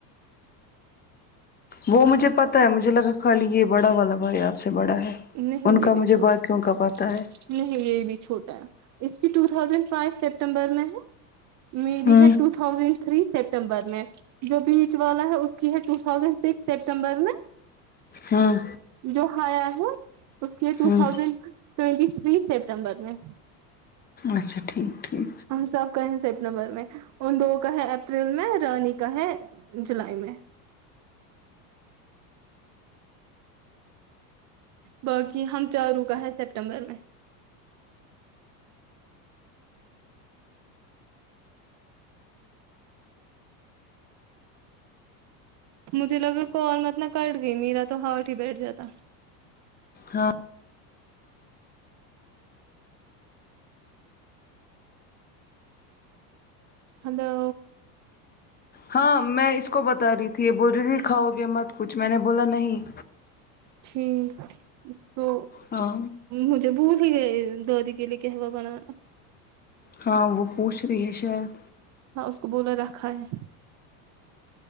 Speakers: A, on the left; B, on the right.
A: وہ مجھے پتہ ہے مجھے لگا خالی یہ بڑا والا بھائی آپ سے بڑا ہے
B: نہیں
A: ان
B: یہ
A: کا
B: بھی
A: مجھے
B: چھوٹا
A: باقیوں کا پتاہ ہے
B: نہیں یہ بھی چھوٹا ہے اس کی ٹو تھاؤزینڈ فائیو سپٹمبر میں ہے میری
A: ہوں
B: ہے ٹو تھا تھازینڈ تھری سپٹمبر میں جو بیچ والا ہے اس کی ہے ٹو تھازینڈ سکس سپٹمبر میں
A: ہاں
B: جو کھایا ہے اس کے ٹو
A: ہوں
B: ٹھوسند ٹوئنٹی تری ستمبر میں
A: اچھا ٹھیک ٹھیک
B: ہم سب کا ہے سپٹمبر میں ان دو کا ہے اپریل میں رانی کا ہے جولائی میں باقی ہم چاروں کا ہے سپٹمبر میں مجھے لگا کال مطلب کٹ گئی میرا تو ہارٹ ہی بیٹھ جاتا
A: ہاں
B: ہیلو
A: ہاں میں اس کو بتا رہی تھی یہ بول رہی تھی کھاؤ گے مت کچھ میں نے بولا نہیں
B: ٹھیک تو
A: ہاں
B: مجھے بھول ہی گئی کے لیے کے ہوا بھرنا
A: ہاں وہ پوچھ رہی ہے شاید
B: ہاں اس کو بلا رکھا ہے